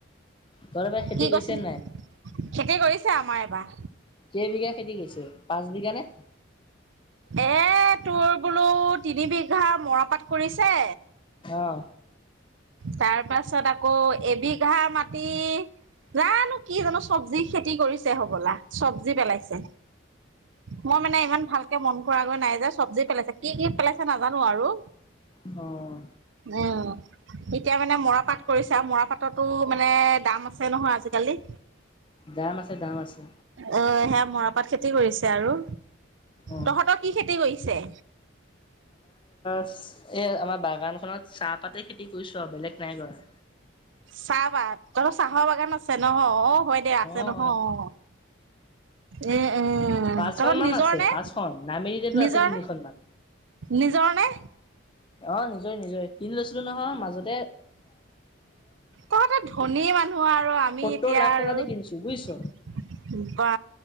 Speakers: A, on the left (about 25°); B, on the right (about 70°).
A: তহঁতৰ এবাৰ খেতি
B: কি?
A: কৰিছে
B: কৈছিলি খেতি
A: নাই?
B: কৰিছি কৰিছে আমাৰ এইবাৰ।
A: কেই বিঘা খেতি কৰিছে পাঁচ বিঘা নে
B: এ! তোৰ বোলোঁ তিনি বিঘা মৰাপাত কৰিছে।
A: অ'হ।
B: তাৰ পাছত আকৌ এবিঘা মাটি জানো কি জানো চবজি খেতি কৰিছে হব'লা চবজি পেলাইছে। মই মানে ইমান ভালকে মন কৰাগৈ নাই যে চব্জি পেলাইছে। কি, কি পেছ নাজানো আৰু
A: অ',
B: উম! এতিয়া মানে মৰাপাট কৰিছে আৰু মৰাপাটতো মানে দাম আছে নহয় আজিকালি।
A: দাম আছে দাম আছে
B: অ' সেয়া মৰাপাট খেতি কৰিছে আৰু
A: অ'।
B: তহঁত কি খেতি কৰিছে?
A: এ! আমাৰ বাগান খনত চাহপাতে খেতি কৰিছোঁ। বেলেগ নাই কৰা।
B: চাহপাত তহঁতৰ চাহৰ বাগান আছে নহ হয় দে আছে
A: অ অ
B: নহয়, অ' এ এ
A: পাঁচখনমান
B: তহঁতৰ নিজৰ
A: আছে
B: নে
A: পাঁচখন নামেৰিতে
B: নিজৰ
A: আছে তিনিখন
B: নে
A: মান।
B: নিজৰ নে
A: অ', নিজৰেই নিজৰেই কিনি লৈছিলোঁ নহয় মাজত।
B: তহঁতে ধনী মানুহ আৰু আমি
A: সত্তৰ
B: এতিয়া
A: লাখ
B: আৰু
A: টকা দি কিনিছো বুজিছ।
B: বা